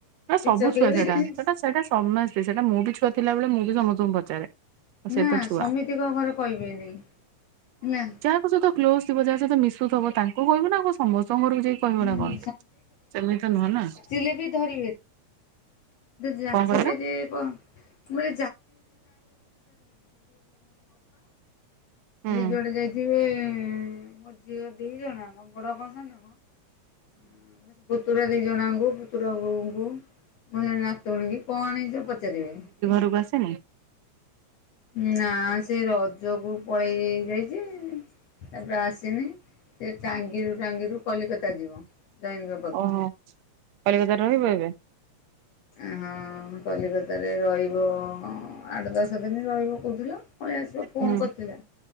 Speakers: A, on the right (about 75°); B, on the left (about 60°).
A: ଆ ସବୁ
B: ଏ ଚକୋଲେଟ
A: ଛୁଆ ସେଟା ସେଟା ହେଇଟା ସମେସ୍ତେ। ସେଇଟା ମୁଁ ବି ଛୁଆ ଥିଲାବେଳେ ମୁଁ ବି ସମସ୍ତଙ୍କୁ ପଚାରେ। ସେ
B: ନା
A: ତ ଛୁଆ
B: ସମିତିଙ୍କ ଘରେ କହିବେନି, ନା।
A: ଙ୍କ ସହିତ କ୍ଲୋଜ ଥିବ ଯାହା ସହିତ ମିଶୁଥବ ତାଙ୍କୁ କହିବୁ ନା ଆଉ କଁ ସମସ୍ତଙ୍କ ଘର ଯାଇକି କହିବ
B: ହୁଁ
A: ନା କଣ, ସେମିତି ନୁହଁ ନା।
B: ଥିଲେ ବି ଧରିବେ। ଯଦି ଯାଚିବେ
A: କଣ କହିଲ?
B: ଯେ ବ <unintelligible> ଇଏ
A: ହୁଁ
B: ଜୁଆଡେ ଯାଇଥିବେ ମୋ ଝିଅ ଦି ଜଣ ବଡ କଣ ସାନ କଣ ମୋ ସେ ପୁତୁରା ଦି ଜଣ ଜାଙ୍କୁ ପୁତୁରା ବୋହୁଙ୍କୁ ମୁଁ ଜଣେ ନାକ କି କଣ ଆଣଛ ପଚାରିବେନି।
A: ରୋଗ ଆସନି।
B: ହୁଁ ନା ସେ ରଜକୁ ପଳେଇ ଯେ ଯାଇଚି ତାପରେ ଆସିନି। ସେ ଟାଙ୍ଗିରୁ ଟାଙ୍ଗିରୁ କଲିକତା ଯିବ। ଜୋଇଁଙ୍କ ପାଖକୁ।
A: ଓହୋ କଲିକତାରେ ରହିବ ଏବେ?
B: ଏଁ ହଁ, କଲିକତାରେ ରହିବ ଆଠ, ଦଶ ଦିନି ରହିବ କହୁଥିଲା। ପଳେ ଆସିବ ଫୋନ୍
A: ହୁଁ
B: କରିଥିଲା।